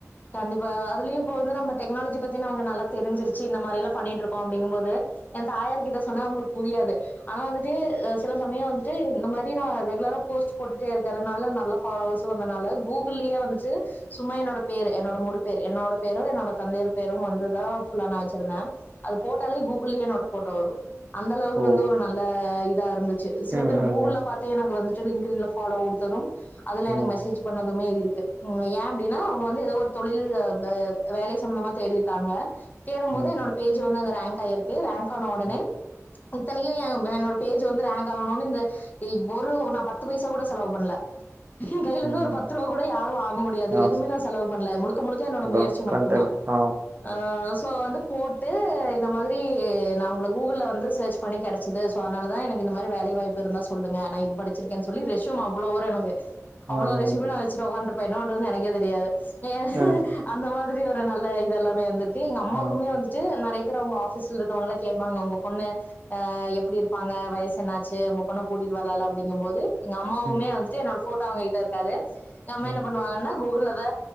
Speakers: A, on the left; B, on the right.
A: கண்டிப்பா அதுலயே இப்ப வந்து நம்ம டெக்னாலஜி பத்தின் அவ்ங்க நல்லா தெரிஞ்சிருச்சு இந்த மாரிலா பண்ணிட்ருக்கோ அப்டிங்கும்போது எ தாயார் கிட்ட சொன்னா அவ்ங்களுக்கு புரியாது அவ வந்துட்டு அ சில சமய வந்துட்டு இந்த மாரி நா ரெகுலரா போஸ்ட் போட்டுட்டே இருக்கறனால நல்லா ஃபாலோவர்ஸு வந்தனால கூகுள்லயே வந்துட்டு சும்மா என்னோட பேரு என்னோட முழு பேரு என்னோட பேரு என்னோட தந்தையர் பேரு வந்துதா ஃபுல்ல நா வச்சிருந்தே அத போட்டாலே கூகுள்லே என்னோட ஃபோட்டோ வரு அந்த அளவுக்கு
B: ஓ!
A: வந்து ஒரு நல்ல இதா இருந்துச்சு சில
B: ம்.
A: பேரு கூகுள்ல
B: ம்.
A: பாத்தே எனக்கு வந்துட்டு லிங்க்டு இன்ல ஃபாலோ குடுத்ததும் அதுல
B: ம்.
A: எனக்கு மெசேஜு பண்ணதுமே இருக்கு ம் ஏ அப்டினா இப்ப வந்து எதோ ஒரு தொழிலு ப வேலை சம்மந்தமா தேடிருக்காங்க தேடம்போது
B: ம். ம். ம்.
A: என்னோட பேஜு வந்து அங்க ரேங்க் ஆயிருக்கு ரேங்க் ஆன ஒடனே
B: ம்.
A: இத்தனைக்கு என் என்னோட பேஜ் வந்து ரேங்க் ஆகணுனு இந்த இ பொருளு நா பத்து பைசா கூட செலவு பண்ல எ கைலருந்து ஒரு
B: ம். ம்.
A: பத்து ரூபா கூட யாரு வாங்க முடி அது
B: ஆ.
A: எதுமே நா செலவு பண்ல முழுக்க முழுக்க என்னோட
B: அதான்
A: முயற்சி மட்டுந்தா
B: கன்டென்ட். ஆ
A: அ சோ வந்து போட்டு இந்த மாதிரி நா ஒங்கள கூகுள்ல வந்து சேர்ச் பண்ணி கெடைச்சது சோ அதனாலதா எனக்கு இந்த மாரி வேலை வாய்ப்பு இருந்தா சொல்லுங்க நா இது படிச்சிருக்கேன் சொல்லி ரெஸ்யூம் அவளோ வரு எனக்கு அவ்ளோ
B: ம்.
A: ரெஸ்யூமு
B: ம்.
A: நா வெச்சுட்டு‌ ஒக்காந்ட்ருப்பே என்ன பண்றதுன்னு எனக்கே தெரியாது ஏ
B: ஆ.
A: அந்த மாதிரி ஒரு நல்ல இதெல்லாமே வந்திருக்கு எங்க அம்மாவுக்குமே
B: ஆ
A: வந்துட்டு நெறைய பேரு அவ்ங்க ஆஃபீஸ்ல இருக்கவ்ங்கலா கேப்பாங்க ஒங்க பொண்ணு ஆ எப்டி இருப்பாங்க வயசு என்னாச்சு உங்க பொண்ண கூட்டிட்டு வர்லால அப்டிங்கும் போது எங்க அம்மாவுமே
B: ம்
A: வந்துட்டு என்னோட ஃபோட்டோ அவ்ங்க கிட்ட இருக்காது எங்க அம்மா
B: ம்
A: என்ன பண்ணுவாங்கனா கூகுள்ல ஆ